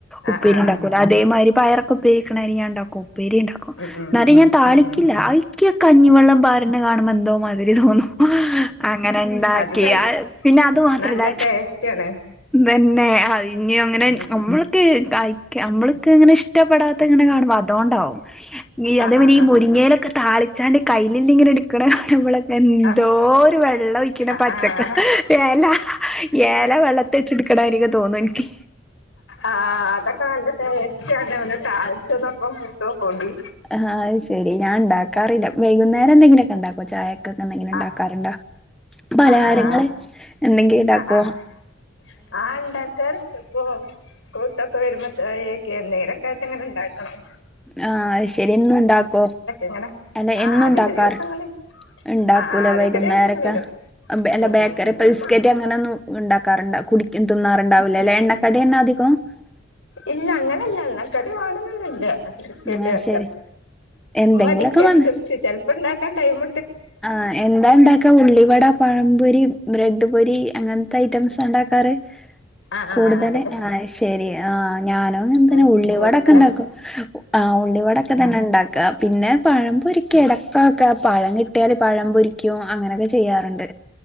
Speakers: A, in the centre; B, on the left.
A: ഉപ്പേരി
B: ആ ആ ആ
A: ഉണ്ട അതേ മാതിരി പയറൊക്കെ പേരിക്കണ ഞാൻ ഉണ്ടാക്കും ഉ പേരി ഉണ്ടാക്കും
B: ഉം ഉം
A: എന്നാലും ഞാൻ താളിക്കില്ല
B: ഉം ഉം
A: എ കഞ്ഞിവെള്ളം പാറിനെ കാണുമ്പോൾ എന്തോ മാതിരി തോന്നും അങ്ങനെണ്ടാക്കി
B: അത് നല്ല
A: പിന്നെ അത് മാത്രല്ല
B: നല്ല ടേസ്റ്റാണ്
A: തന്നെ അതിഞ്ഞ അങ്ങനെ
B: ഉം
A: നമ്മൾക്ക് കഴ നമ്മൾക്ക് അങ്ങനെ ഇഷ്ടപ്പെടാത്ത ഇങ്ങനെ കാണുമ്പോ അതുകൊണ്ടാവും
B: ആഹ്
A: അത
B: ആഹ്
A: ഈ മുരിങ്ങയിലൊക്കെ താളിച്ചാണ്ട് കയ്യിലിൽ ഇങ്ങനെ എടുക്ക്ണ കാണുബോൾ ഇമ്മളൊക്കെ എന്തോ
B: ആഹ്
A: ഒരു വെള്ളം ഒഴിക്കണ
B: ആഹ്
A: പച്ചക്ക
B: ആഹ്
A: ഏല ഏല വെള്ളത്തി മത്ത്ട്ട്ട്ട് കടായിരിക തോന്നകി
B: ആഹ അതൊക്കെ നല്ല ടേസ്റ്റ് ആണ് ഒന്ന് തഴച്ചന്നപ്പം തോക്കണ്ടി
A: ആഹ് അത് ശെരി ഞാൻ ഉണ്ടാക്കാറില്ല വൈകുന്നേരം എന്തങ്കിലൊക്കെ ഉണ്ടാക്കോ ചായൊക്കൊക്കെന്തെങ്കിലും ഉണ്ടാക്കാറുണ്ടോ
B: ആഹ്
A: പലഹാരങ്ങള്
B: ആഹ് ആഹ്
A: എന്തെങ്കിലും ഉണ്ടാക്കോ
B: ആഹ് ആഹ് ആഹ് ഉണ്ടാക്കാറ് ഇപ്പൊ സ്കൂട്ടൊക്കെ വരുമ്പോ ഒക്കെ നേരൊക്കായിട്ട്ങ്ങനെണ്ടാക്കും ഉണ്ടാക്കണം
A: ആഹ ശരി എന്നുണ്ടാക്കോ
B: ഇങ്ങനെ
A: അല്ല
B: ആഹ്
A: എന്നുണ്ടാക്കാർ
B: അധിക ദിവസങ്ങളിൽ
A: ഉണ്ടാക്കൂലേ
B: ആഹ് ആഹ് അധിക
A: വൈകുന്നേരൊക്കെ
B: ദിവസങ്ങളിലും
A: അല്ല
B: ഉം
A: ബേക്കറി
B: ഉം ഇന്നിപ്പോ
A: പിസ്കറ്റ് അങ്ങനെ ഒന്നും ഉണ്ടാക്കാറുണ്ട കുട തിന്നാറുണ്ടാവില്ലേ അല്ല എണ്ണക്കട എണ് <unintelligible>
B: ഇല്ല അങ്ങനെല്ല ള്ളക്കടി വാണന്നൊന്നുല്ല ബിസ്കറ്റ്
A: ആഹ് ശരി
B: ചെൽ
A: എന്തെങ്കിലൊക്കെ
B: മടിക്കനുസരിച്ച്
A: വന്ന്
B: ചെൽപ്പണ്ടാക്കാൻ ടൈമ്
A: ആഹ് എന്താണ്ടാക്കാ ഉള്ളിവട പഴം പൊരി ബ്രട് ട് പൊരി അങ്ങൻത്തെ ഐറ്റംസാണ്ടാക്കാറ്
B: ആഹ്
A: കൂടുതല്
B: ആഹ് അതെ
A: അങ്ങനെ അയ്ഷരി ആഹ് ഞാനും അങ്ങൻതന്നെ
B: ഉം
A: ഉള്ളിവടൊക്കെണ്ടാക്കും
B: കൂടുതലാ
A: ആഹ് ഉള്ളിവടൊക്കെ തന്നെണ്ടാക്കാ പിന്നെ പഴം പൊരിക്കാ ഇടക്കൊക്കെ പഴം കിട്ടിയാല് പഴം പൊരിക്കും അങ്ങനൊക്കെ ചെയ്യാറുണ്ട്